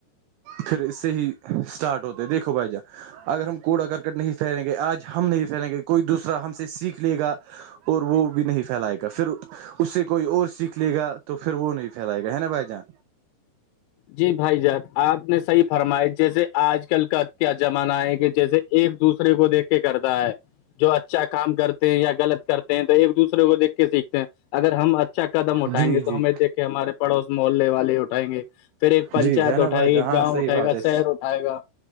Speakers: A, on the right; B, on the left.
A: پھر اس سے سے ہی اسٹارٹ ہوتے دیکھو بھائی جا اگر ہم کوڑا کرکٹ نہیں پھیلیں گے آج ہم نہیں پھیریں گے کوئی دوسرا ہم سے سیکھ لے گا اور وہ بھی نہیں پھیلائے گا پھر اس سے کوئی اور سیکھ لے گا تو پھر وہ نہیں پھیلائے گا ہے نا بھائی جان
B: جی بھائی جاد آپ نے صحیح فرمائش جیسے آج آج کل کا کیا زمانہ ہے کہ جیسے ایک دوسرے کو دیکھ کے کرتا ہے جو اچھا کام کرتے ہیں یا غلط کرتے ہیں تو ایک دوسرے کو دیکھ کے سیکھتے ہیں اگر ہم اچھا قدم اٹھائیں
A: جی
B: گے تو
A: جی
B: ہمیں دیکھ کے ہمارے پڑوس محلے والے اٹائیں گے پھر ایک پنچایت
A: جی ہے نا
B: اٹھائے
A: بھائی جان
B: گی
A: ہاں
B: گاؤں
A: صحیح
B: اٹھائے
A: بات
B: گا
A: ہے
B: شہر اٹھائے گا